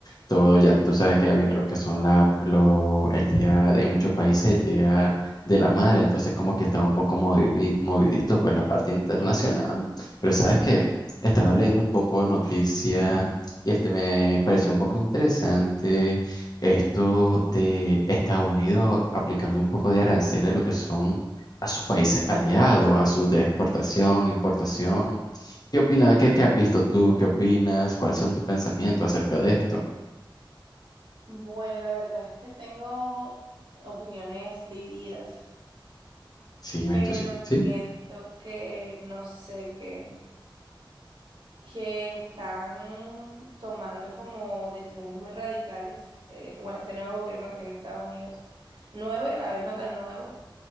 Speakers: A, on the left; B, on the right.
A: todo ya, tú sabes que ya viene lo que son la, lo, el día, en muchos países el día de la madre, entonces como que está un poco movi- movidito pues la parte internacional, pero sabes que estaba leyendo un poco de noticia y este me pareció un poco interesante esto de Estados Unidos aplicando un poco de aranceles a lo que son a sus países aliados, a sus de exportación, importación. ¿Qué opinas? ¿Qué, qué has visto tú? ¿Qué opinas? ¿Cuáles son tus pensamientos acerca de esto?
B: Bueno, la verdad es que tengo opiniones divididas,
A: Sí, entonces,
B: pero
A: sí.
B: siento que no sé qué. que están tomando como decisiones muy radicales. eh, bueno, este nuevo gobierno que tiene Estados Unidos, nuevo y a la vez no tan nuevo,